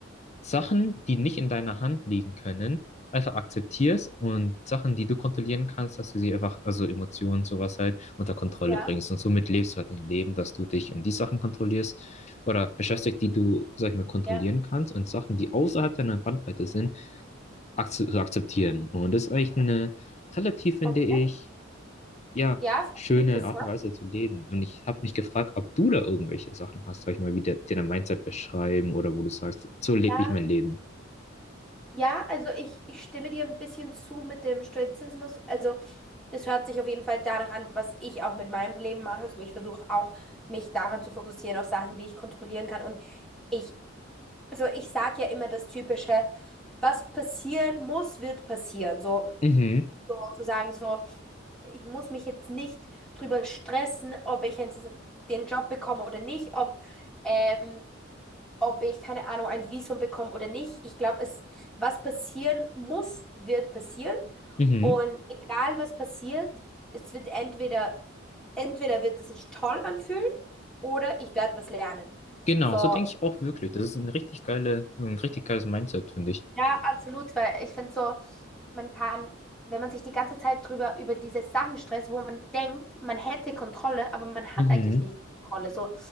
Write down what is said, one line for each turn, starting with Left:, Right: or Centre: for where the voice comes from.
Left: Sachen, die nicht in deiner Hand liegen können, einfach akzeptierst und Sachen, die du kontrollieren kannst, dass du sie einfach, also Emotionen, sowas halt, unter Kontrolle
Centre: Ja,
Left: bringst. Und somit lebst du halt dein Leben, dass du dich um die Sachen kontrollierst oder beschäftigst, die du, sag ich mal, kontrollieren
Centre: ja,
Left: kannst und Sachen, die außerhalb deiner Bandweite sind, ak zu akzeptieren. Und das ist eigentlich eine relativ, finde
Centre: okay.
Left: ich, ja,
Centre: Ja, finde
Left: schöne
Centre: ich Interessant.
Left: Art und Weise zu leben. Und ich habe mich gefragt, ob du da irgendwelche Sachen hast, sag ich mal, wie der, dir dein Mindset beschreiben oder wo du sagst, so lebe
Centre: Ja,
Left: ich mein Leben.
Centre: ja, also ich, ich stimme dir ein bisschen zu mit dem Stoizismus. Also das hört sich auf jeden Fall danach an, was ich auch mit meinem Leben mache. So, ich versuche auch, mich daran zu fokussieren, auf Sachen, die ich kontrollieren kann. Und ich, also ich sage ja immer das Typische, was passieren muss, wird passieren. So
Left: Mhm,
Centre: zu sagen, so. ich muss mich jetzt nicht drüber stressen, ob ich jetzt den Job bekomme oder nicht, ob, ähm, ob ich, keine Ahnung, ein Visum bekomme oder nicht. Ich glaube, es, was passieren muss, wird passieren.
Left: mhm.
Centre: Und egal was passiert, es wird entweder, entweder wird es sich toll anfühlen oder ich werde was lernen.
Left: Genau,
Centre: So,
Left: so denke ich auch wirklich. Das ist ein richtig geile, ein richtig geiles Mindset, finde ich.
Centre: Ja, absolut, weil ich finde so, man kann, wenn man sich die ganze Zeit drüber über diese Sachen stresst, wo man denkt, man hätte Kontrolle, aber man hat
Left: Mhm,
Centre: eigentlich nicht Kontrolle. So. Und